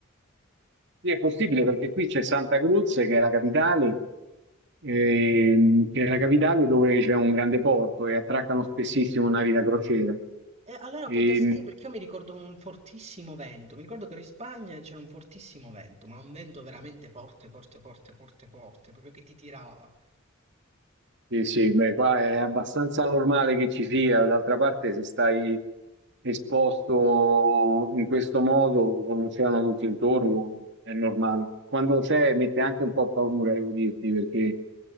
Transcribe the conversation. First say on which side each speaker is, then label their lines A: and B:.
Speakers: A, on the right; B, on the right.
A: è possibile perché qui c'è Santa Cruz che è la capitale ehm, che è la capitale dove c'è un grande porto e attraccano spessissimo navi da crociera.
B: E allora
A: E,
B: può darsi sì, perché io mi ricordo un fortissimo vento. Mi ricordo che ero in Spagna e c'era un fortissimo vento, ma un vento veramente forte, forte, forte, forte, forte, proprio che ti tirava.
A: Sì, sì, beh, qua è abbastanza normale che ci sia, d'altra parte se stai esposto in questo modo, con l'oceano tutto intorno, è normale. Quando c'è mette anche un po' paura, devo dirti, perché